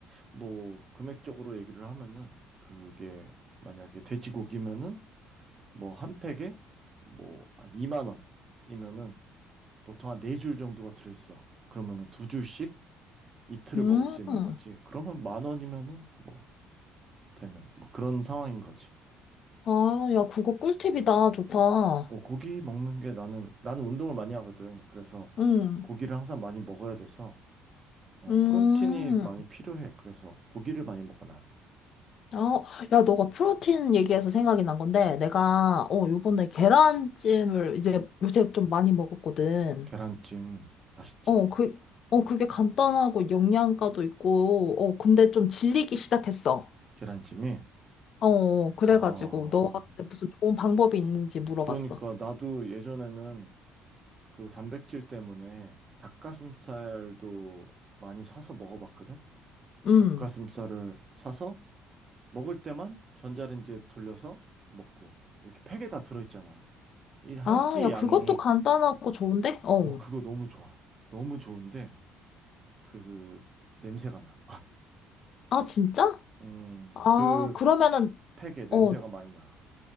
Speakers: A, on the right; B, on the left.
A: 뭐 금액적으로 얘기를 하면은 그게 만약에 돼지고기면은 뭐 한 팩에 뭐 한 2만 원이면은 보통 한 네 줄 정도가 들어있어. 그러면은 두 줄씩 이틀을
B: 음.
A: 먹을 수 있는 거지. 그러면 만 원이면은 뭐 되는 뭐 그런 상황인 거지.
B: 아, 야, 그거 꿀팁이다. 좋다.
A: 뭐 고기 먹는 게 나는 나는 운동을 많이 하거든. 그래서
B: 응.
A: 고기를 항상 많이 먹어야 돼서 어,
B: 음.
A: 프로틴이 많이 필요해. 그래서 고기를 많이 먹어 난.
B: 아, 야, 너가 프로틴 얘기해서 생각이 난 건데, 내가, 어, 요번에 계란찜을 이제 요새 좀 많이 먹었거든.
A: 계란찜 맛있지.
B: 어, 그, 어, 그게 간단하고 영양가도 있고, 어, 근데 좀 질리기 시작했어.
A: 계란찜이
B: 어, 그래가지고
A: 아
B: 너한테 무슨 좋은 방법이 있는지 물어봤어.
A: 그러니까 나도 예전에는 그 단백질 때문에 닭가슴살도 많이 사서 먹어봤거든.
B: 음.
A: 닭가슴살을 사서 먹을 때만 전자레인지에 돌려서 먹고 이렇게 팩에 다 들어있잖아. 이 한
B: 아,
A: 끼
B: 야, 그것도
A: 양이
B: 간단하고 좋은데? 어.
A: 오 그거 너무 좋아. 너무 좋은데 그 그 냄새가 나.
B: 아, 진짜?
A: 음,
B: 아,
A: 그
B: 그러면은,
A: 팩에 냄새가
B: 어,
A: 많이 나.